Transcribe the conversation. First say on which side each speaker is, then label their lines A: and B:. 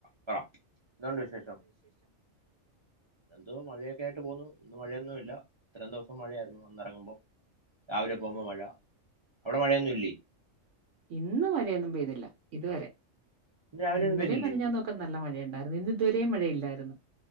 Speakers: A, on the right; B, on the right.
A: പറ എന്തുണ്ട് വിശേഷം എന്തോ മഴയ ഒക്ക ആയിട്ട് പോന്നു ഇന്ന് മഴയൊന്നുല്ല ഇത്രയും ദിവസം മഴയായിരുന്നു ഒന്നെറങ്ങുമ്പോ രാവിലെ പോകുമ്പോ മഴ അവിടെ മഴയൊന്നും ഇല്ലേ
B: ഇന്ന് മഴയൊന്നും പെയ്തില്ല ഇതുവരെ
A: ഇന്ന് രാവിലെ
B: ഇന്നലെയും
A: ഒന്നും പെയ്തില്ലേ
B: മെനിഞ്ഞാന്നും ഒക്കെ നല്ല മഴയുണ്ടായിരുന്നു ഇന്ന് ഇതുവരെ <unintelligible> മഴയില്ലായിരുന്നു